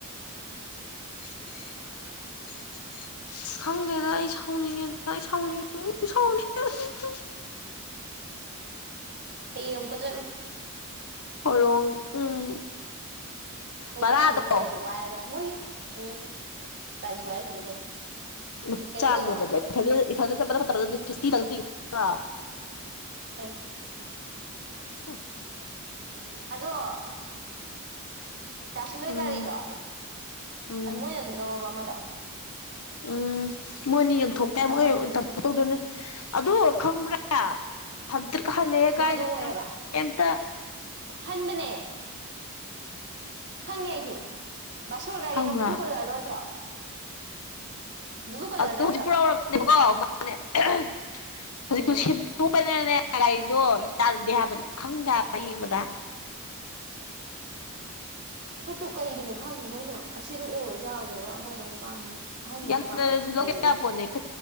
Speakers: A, on the left (about 75°); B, on the right (about 50°).
A: <inaudible> ꯈꯪꯗꯦꯗ ꯑꯩ ꯁꯥꯎꯅꯤꯡꯉꯦꯗ ꯑꯩ ꯁꯥꯎꯅꯤꯏ ꯁꯥꯎꯅꯤ <unintelligible>
B: ꯍꯌꯦꯡ ꯑꯃꯨꯛꯀ ꯆꯠꯂꯣ
A: <unintelligible> ꯎꯝ
B: ꯃꯣꯏ
A: ꯕꯔꯥꯗꯣ
B: ꯇꯥꯏꯁꯟꯍꯣꯏ ꯒꯥꯔꯤꯗꯣ ꯋꯥꯏꯔꯒ ꯃꯣꯏ ꯎꯝ ꯒꯥꯔꯤ ꯋꯥꯏꯔ ꯆꯠꯂꯨ ꯀꯩꯅꯣ
A: <unintelligible>
B: ꯀꯩꯅꯣꯗꯣ ꯍꯩ
A: <unintelligible>
B: ꯑꯗꯣ ꯇꯥꯏꯁꯟꯍꯣꯏ
A: ꯎꯝ
B: ꯒꯥꯔꯤꯗꯣ
A: ꯎꯝ
B: ꯑꯗꯨ ꯃꯣꯏꯅ ꯑꯗꯨꯝ ꯂꯧꯔꯕ ꯑꯃꯗꯣ
A: ꯎꯝ ꯃꯣꯏꯅꯤ ꯌꯣꯟꯊꯣꯛ <unintelligible>
B: ꯑꯃꯗꯨꯅ
A: ꯑꯗꯨ ꯈꯪꯕ꯭ꯔꯥ ꯍꯟꯇ꯭ꯔꯤꯛ ꯍꯜꯂꯦꯍꯦ
B: ꯃꯣꯏꯗꯣ
A: ꯀꯥꯏꯗꯩꯅꯣ
B: ꯑꯣꯏꯔꯕ
A: ꯀꯦꯝꯇ
B: ꯍꯟꯕꯅꯦ ꯈꯪꯉꯦ ꯑꯩꯁꯨꯨ ꯕꯥꯁꯣꯔ ꯒꯥꯔꯤ
A: ꯈꯪꯕ꯭ꯔꯥ
B: ꯑꯃ ꯕ꯭ꯂꯨ ꯀꯂꯔꯗꯣ ꯅꯠꯇ꯭ꯔꯣ ꯕ꯭ꯂꯨ ꯀꯂꯔꯗꯣ
A: ꯑꯗꯨ
B: ꯅꯠꯇ꯭ꯔꯕ
A: ꯍꯧꯖꯤꯛ ꯄꯨꯔꯥꯎꯔꯛꯄꯅꯦꯕꯀꯣ ꯃꯥꯅꯦ <unintelligible>
B: ꯎꯝ
A: ꯇꯣꯛꯄꯅꯤꯅꯅꯦ ꯒꯥꯔꯤꯗꯣ ꯌꯥꯔꯨꯗꯦ ꯍꯥꯏꯕꯗꯣ ꯈꯪꯗꯕ ꯍꯥꯏꯕ ꯌꯦꯡꯕꯗ <inaudible>
B: ꯍꯣꯠꯇꯨ ꯀꯩꯒꯤꯅꯣ ꯈꯪꯗꯦ ꯃꯣꯏꯅ ꯑꯁꯤ ꯑꯗꯨꯝ ꯑꯣꯏꯔꯁꯨ ꯌꯥꯕꯗꯨꯕꯣ ꯑꯃꯗꯣ ꯑꯃꯨꯛ ꯄꯥꯝꯃꯤꯗꯣ ꯑꯍꯟꯕ
A: <unintelligible>
B: ꯑꯃꯨꯛ ꯄꯥꯝꯃꯤꯗꯣ
A: ꯂꯧꯒꯦ
B: ꯀꯩꯒꯤꯅꯣꯗꯨꯕꯨ
A: ꯌꯥꯄꯣꯠꯅꯦ